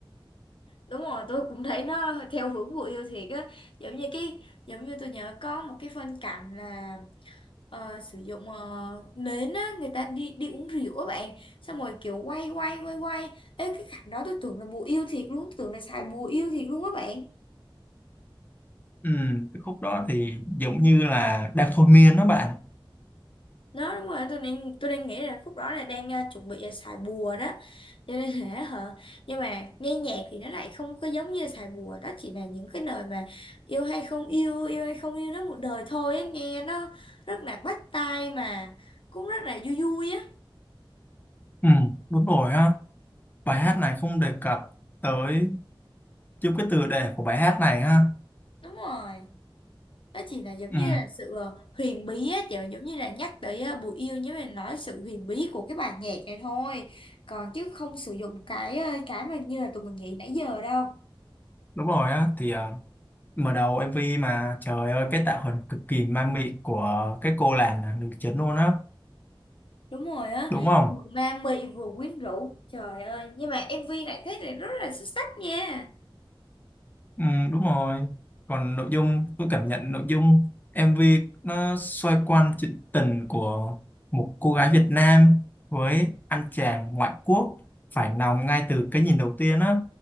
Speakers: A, on the left; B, on the left.
A: đúng rồi tôi cũng thấy nó theo hướng bùa yêu thiệt á giống như cái giống như tôi nhớ có một cái phân cảnh là Ờ, sử dụng ờ, nến á, người ta đi đi uống rượu á bạn xong rồi kiểu quay quay quay quay Ê, cái cảnh đó tôi tưởng là bùa yêu thiệt luôn tôi tưởng là xài bùa yêu thiệt luôn á bạn
B: Ừ, cái khúc đó thì giống như là đang thôi miên đó bạn.
A: đó đúng rồi tôi đang tôi đang nghĩ là khúc đó là đang ờ, chuẩn bị là xài bùa đó cho nên là hả nhưng mà nghe nhạc thì nó lại không có giống như là xài bùa đó chỉ là những cái lời mà yêu hay không yêu yêu hay không yêu nó một đời thôi á nghe nó rất là bắt tai mà cũng rất là vui vui á
B: Ừ, đúng rồi ha. Bài hát này không đề cập tới giúp cái tựa đề của bài hát này ha.
A: đúng rồi nó chỉ là giống
B: Ừ,
A: như là sự ờ, huyền bí á kiểu giống như là nhắc tới ờ, bùi yêu nhưng mà nói sự huyền bí của cái bài nhạc này thôi còn chứ không sử dụng cái ờ, cái mà như là tụi mình nghĩ nãy giờ đâu
B: đúng rồi á. Thì ờ, mở đầu MV mà trời ơi cái tạo hình cực kỳ ma mị của cái cô làng là nữ chính luôn á,
A: đúng rồi á
B: đúng không?
A: vừa ma mị vừa quyến rũ trời ơi nhưng mà MV này thấy thì rất là xuất sắc nha
B: Ừ, đúng rồi. Còn nội dung, tôi cảm nhận nội dung MV nó xoay quanh chuyện tình của một cô gái Việt Nam với anh chàng ngoại quốc phải lòng ngay từ cái nhìn đầu tiên á.